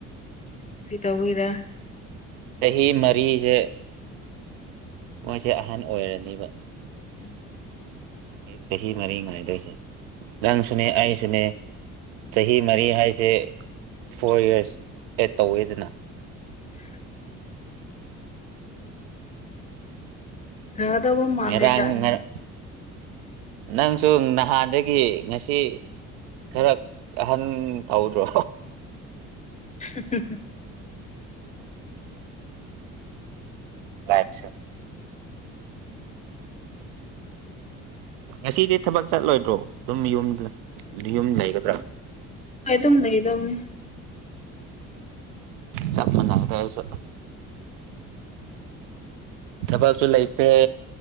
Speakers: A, on the left; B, on the right.
A: ꯀ꯭ꯔꯤ ꯇꯧꯕꯩꯔ
B: ꯆꯍꯤ ꯃꯔꯤꯁꯦ ꯃꯣꯏꯁꯦ ꯑꯍꯟ ꯑꯣꯏꯔꯅꯦꯕ
A: ꯎꯝ <inaudible>
B: ꯆꯍꯤ ꯃꯔꯤ ꯉꯥꯏꯗꯣꯏꯁꯦ ꯅꯥꯡꯁꯨꯅꯦ ꯑꯩꯁꯨꯅꯦ ꯆꯍꯤ ꯃꯔꯤ ꯍꯥꯏꯁꯦ ꯐꯣꯔ ꯌꯔꯁ ꯑꯦꯠ ꯇꯧꯋꯦꯗꯅ
A: <unintelligible> ꯌꯥꯒꯗꯧꯕ ꯃꯥꯜꯂꯦꯗ
B: ꯉꯔꯥꯡ
A: ꯑꯩꯗꯤ
B: ꯉꯔ ꯅꯪꯁꯨ ꯅꯍꯥꯟꯗꯒꯤ ꯉꯁꯤ ꯈꯔ ꯑꯍꯟ ꯇꯧꯗ꯭ꯔꯣ
A: ꯁꯤꯦ <unintelligible>
B: ꯂꯥꯏꯠꯁꯦ ꯉꯁꯤꯗꯤ ꯊꯕꯛ ꯆꯠꯂꯣꯏꯗ꯭ꯔꯣ ꯑꯗꯨꯝ ꯌꯨꯝ ꯌꯨꯝ ꯂꯩꯒꯗ꯭ꯔꯥ
A: ꯍ ꯑꯗꯨꯝ ꯂꯩꯗꯅꯤ
B: ꯆꯞ ꯃꯅꯩꯗ ꯑꯩꯁꯨ ꯊꯕꯛꯁꯨ ꯂꯩꯇꯦ